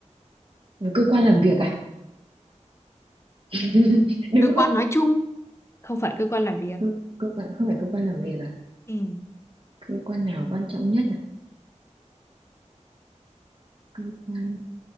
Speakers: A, on the right; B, on the left.
A: Ờ, cơ quan làm việc à <laughs> đúng
B: Cơ quan
A: không
B: nói chung, không phải cơ quan làm việc.
A: cơ, cơ quan không phải cơ quan làm việc à
B: Ừ.
A: cơ quan nào quan trọng nhất à cơ quan